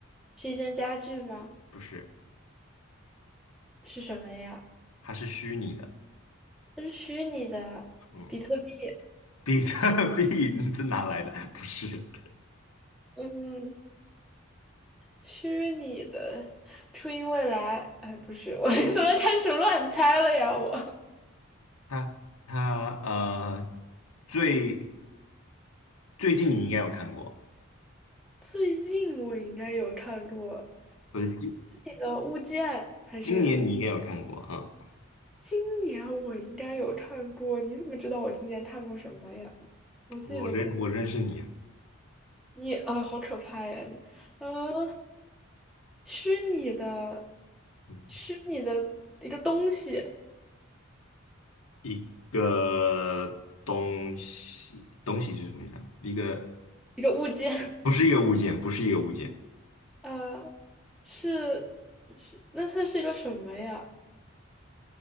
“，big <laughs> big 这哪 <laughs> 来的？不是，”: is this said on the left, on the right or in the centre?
Left